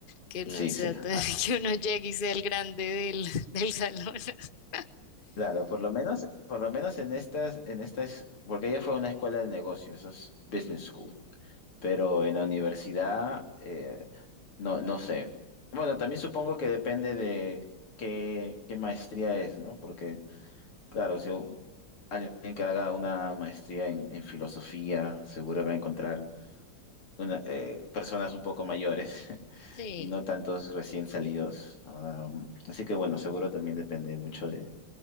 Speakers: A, on the left; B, on the left.
A: que no
B: sí,
A: sea
B: sí.
A: tan,
B: Ah,
A: <laughs> que uno llegue y sea el grande del, del salón. <laughs>
B: Claro, por lo menos, por lo menos en estas, en estas, porque ella fue a una escuela de negocios, eso es business school, pero en la universidad eh, No, no sé. Bueno, también supongo que depende de qué, qué maestría es, ¿no? Porque, claro, si u- alguien que haga una maestría en, en filosofía, seguro va a encontrar una- eh, personas un poco mayores <laughs>
A: Sí.
B: y no tantos recién salidos. Am, así que, bueno, seguro también depende mucho de,